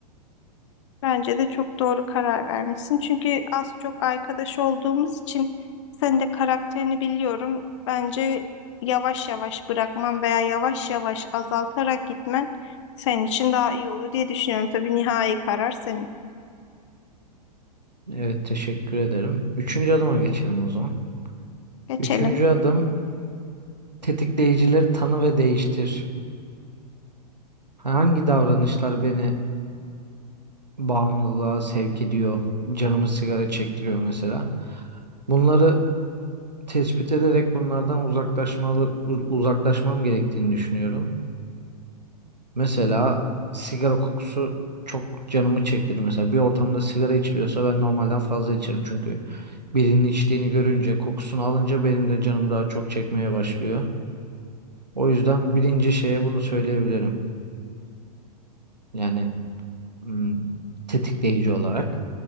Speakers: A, on the left (about 45°); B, on the right (about 80°).
A: Bence de çok doğru karar vermişsin. Çünkü az çok arkadaş olduğumuz için sen de karakterini biliyorum. Bence yavaş yavaş bırakman veya yavaş yavaş azaltarak gitmen senin için daha iyi olur diye düşünüyorum. Tabii nihai karar senin.
B: Evet teşekkür ederim. Üçüncü adıma geçelim o zaman.
A: Geçelim.
B: Üçüncü adım tetikleyicileri tanı ve değiştir. Hangi davranışlar beni bağımlılığa sevk ediyor? Canımı sigara çektiriyor mesela. Bunları tespit ederek bunlardan uzaklaşmalı, u- uzaklaşmam gerektiğini düşünüyorum. Mesela sigara kokusu çok canımı çektirir. Mesela bir ortamda sigara içiliyorsa ben normalden fazla içerim çünkü birinin içtiğini görünce kokusunu alınca benim de canım daha çok çekmeye başlıyor. O yüzden birinci şeye bunu söyleyebilirim. Yani hmm, tetikleyici olarak.